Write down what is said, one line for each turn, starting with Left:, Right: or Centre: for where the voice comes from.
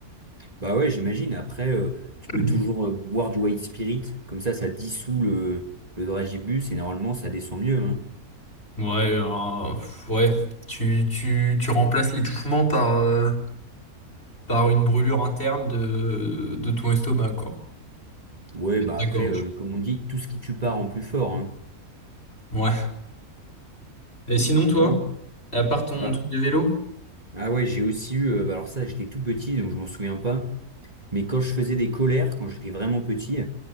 Right: Bah ouais, j'imagine, après, euh, tu
Left: <clears throat>
Right: peux toujours euh, boire du white spirit, comme ça, ça dissout le, le dragibus et normalement, ça descend mieux, hein.
Left: Ouais, alors, pff, ouais, tu, tu, tu remplaces l'étouffement par, euh, par une brûlure interne de, de ton estomac, quoi.
Right: Ouais,
Left: Et
Right: bah
Left: de
Right: après,
Left: ta gorge.
Right: euh, comme on dit, tout ce qui tue part en plus fort, hein.
Left: Ouais. Et sinon, toi,
Right: Non.
Left: à part ton
Right: Bah,
Left: truc de vélo?
Right: ah ouais, j'ai aussi eu, euh, bah alors ça, j'étais tout petit, donc je m'en souviens pas, mais quand je faisais des colères, quand j'étais vraiment petit,